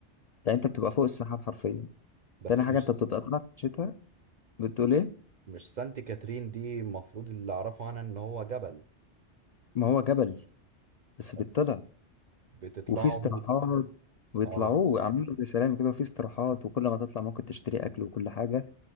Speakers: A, on the left (about 80°); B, on the right (about 60°).
A: يعني انت بتبقى فوق السحاب حرفيا
B: بس
A: تاني حاجه
B: مش
A: انت بتبقى طالع في الشتاء بتقول ايه
B: مش سانت كاترين دي المفروض اللي اعرفه عنها ان هو جبل
A: ما هو جبل بس بيطلع
B: بت- بتطلعوا
A: وفي استراحات بيطلعوه
B: اه
A: عاملينه زي سلام كده وفي استراحات وكل ما تطلع ممكن تشتري اكل وكل حاجه